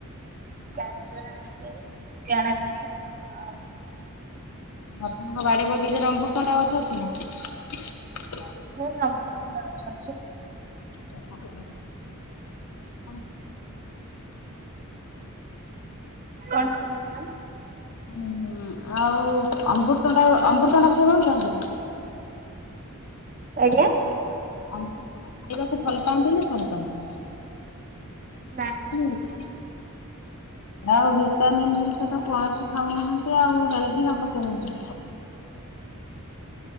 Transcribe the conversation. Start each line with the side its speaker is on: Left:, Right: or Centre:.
Right: ଗାଜର ଆଣାଯାଏ ବିଟ୍ ଆଣାଯାଏ ଆଉ
Left: ଆପଣଙ୍କ ବାଡି ବଗିଚାରେ ଅମୃତଭଣ୍ଡା ଗଛ ଅଛି ନା?
Right: ହୁଁ ଅମୃତଭଣ୍ଡା ଗଛ ଅଛି।
Left: <inaudible>
Right: କଣ କହିଲ ମ୍ୟାମ୍?
Left: ଉଁ ଆଉ ଅମୃତଭଣ୍ଡା ଅମୃତଭଣ୍ଡା ଖାଇବାକୁ ଚାହୁଁଛନ୍ତି।
Right: ଆଜ୍ଞା।
Left: ଅମୃତଭଣ୍ଡା ଖାଇବାକୁ ଭଲ ପାଆନ୍ତି ନା ଭଲ ପାଆନ୍ତିନି?
Right: ନାଇଁ ନାଇଁ
Left: <unintelligible> ଆଉ ଭିଟାମିିନ୍ ଜିନିଷ ତ କୌଣସି ଖାଉନାହାନ୍ତି ଆଉ ହେଲ୍ଦି ହବ କେମିତି?